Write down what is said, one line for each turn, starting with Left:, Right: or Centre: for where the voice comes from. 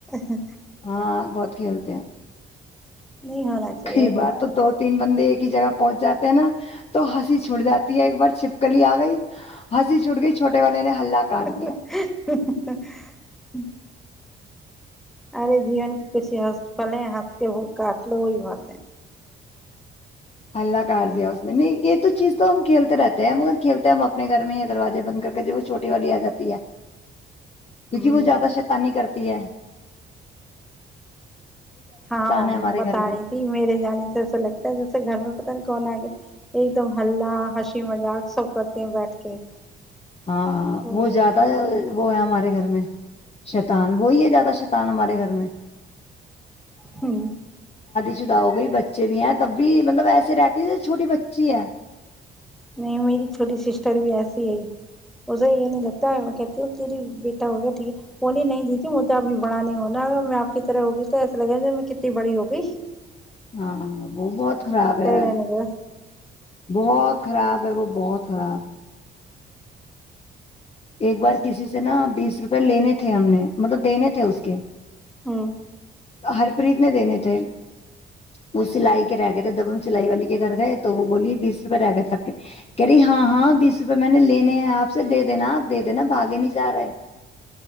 Centre: ہے
Left: ہاں بہت کھیلتے ہیں
Centre: نہیں ہونا چاہیے
Left: کئی بار تو دو تین بندے جگہ پہنچ جاتے ہیں نا تو ہنسی چھوٹ جاتی ہے ایک بار چھپکلی آ گئی ہنسی چھوٹ گئی چھوٹے والے نے
Centre: <inaudible>
Left: ہلہ کاٹ دیا
Centre: اورے جیون کی کچ ہس پالے ہس کے کاٹ ل وہ بات <inaudible>
Left: حلہ کاٹ دیا اس نے نہیں یہ تو چیز تو ہم کھیلتے رہتے ہیں مگر کھیلتے ہیں ہم اپنے گھر میں ہی دروازے بند کر کے جو وہ چھوٹی والی آ جاتی ہے کیونکہ
Centre: ہوں
Left: وہ زیادہ شیتانی کرتی م دیا
Centre: ہاں
Left: ہے ہمارے
Centre: بتا
Left: گھر میں
Centre: رہی تھی میرے جانے سے ایسا لگتا ہے جیسے گھر میں کون آ گیا ایک دم ہلہ ہنسی مذاق سب کرتے ہیں بیٹھ کے
Left: ہاں
Centre: اور
Left: وہ جاتا ہے وہ ہے ہمارے گھر میں شیتان وہی ہے زیادہ شیتان ہمارے گھر میں
Centre: ہوں
Left: چٹاؤ گ بچے بھی ہیں تب بھی مطلب ایسے رہتی چھوٹی بچی ہے
Centre: نہیں میری چھوٹی سسٹر بھی ایسی ہے اسے یہ نہیں لگتا ہے میں کہتیوں تیری بیٹا ہو گیا ٹھیک ہے بولی نہیں دی تھی مجھے ابھی بڑا نہیں ہونا اگر میں آپ طرح ہوگی تو ایسے لگا میں کتنی بڑی ہوگئی
Left: ہاں وہ بہت خراب ہے
Centre: رہنے دو
Left: بہت خراب ہے وہ بہت خراب ایک بار کسی سے نا بیس روپئے لینے تھے ہم نے مطلب دینے تھے اس کے
Centre: ہوں
Left: ہرپریت میں دینے تھے وہ سلائی کے رہ گئے تھے جب ہم سلائی والی کے گھر تھے تو وہ بولی بیس روپے رہ گئے تھے آ کے کہ رہی ہاں ہاں بیس روپے میں نے لینے ہیں آپ سے دے دینا آپ دے دینا بھاگے نہیں جا رہے